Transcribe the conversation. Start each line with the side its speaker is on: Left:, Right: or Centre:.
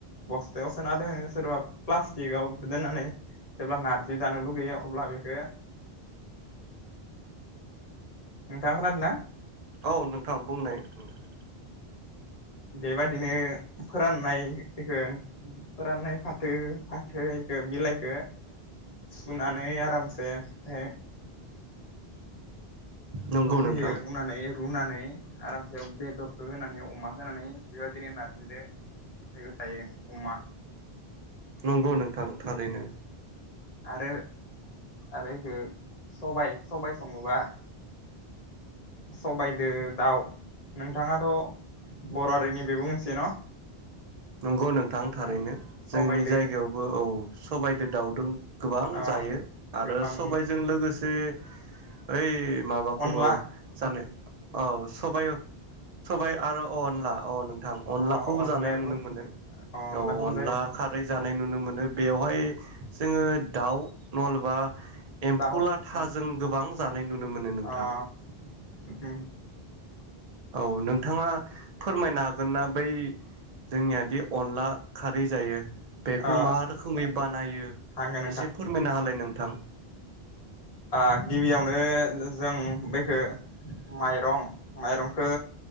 Left: बस्थायाव सोना दोनो सोरबा प्लास्टिकआव दोननानै जेब्ला नारजि जानो लुगैयो अब्ला बेखो नोंथांआ खोनादों ना?
Right: औ नोंथां बुंनाय नोंथां।
Left: बेबादिनो फोराननाय बेखो फोराननाय फाथो फाथोखो बिलाइखो सुनानै आरामसे ओमफ्राय
Right: नंगौ
Left: रुयो
Right: नोंथां
Left: रुनानै रुनानै आरामसे बेदरखौ होनानै अमा होनानै बेबायदिनो नारजिजों लोगो जायो अमा
Right: नंगौ नोंथां। थारैनो
Left: आरो आरो एखो सबाय सबाय सङोबा सबायदो दाउ नोंथाङाथ' बर'हारिनि बेबो मोनसे न?
Right: नंगौ नों थां थारैनो
Left: ओं सबायदो
Right: जोंनि जायगायावबो औ सबायदो दाउदों गोबां
Left: अ
Right: जायो आरो
Left: गोबां
Right: सबायजों लोगोसे ओइ माबाखौबो
Left: अनला
Right: जानो औ सबाय सबाय आरो अनला अ' नों थां अनलाखौबो
Left: अ अनलायाबो
Right: जानाय नुनो नो
Left: अनलाखौबो
Right: औ अनला
Left: जायो
Right: खारै जा नाय नुनो मोनो। बेवहाय जोङो दाउ मलबा एम्फौ
Left: दाउ
Right: लाथाजों गोबां जानाय नुनो मोनो नोंथां।
Left: अ <unintelligible>
Right: औ नोंथाङा फोरमायनो हागोन ना बै जोंनियाद अनला खारै जायो। बेखौ
Left: अ
Right: मा रोखोमै बानायो
Left: हागोन
Right: एसे फोरमायना हालाय नोंथां
Left: आ गिबियावनो जों बेखौ माइरं माइरंखौ